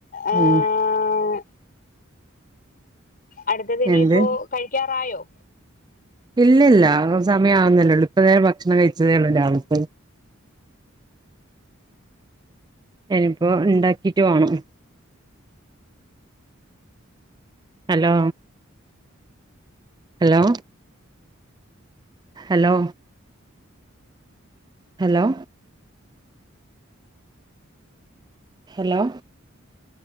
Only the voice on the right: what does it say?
ഉം
എന്ത്
ഇല്ലല്ല സമയമാവുന്നില്ലേള്ളൂ ഇപ്പ തേ ഭക്ഷണം കഴിച്ചതേ ഉള്ളു രാവിലത്തെ എനിപ്പോ ഉണ്ടാക്കിട്ട് വേണം hello hello hello hello hello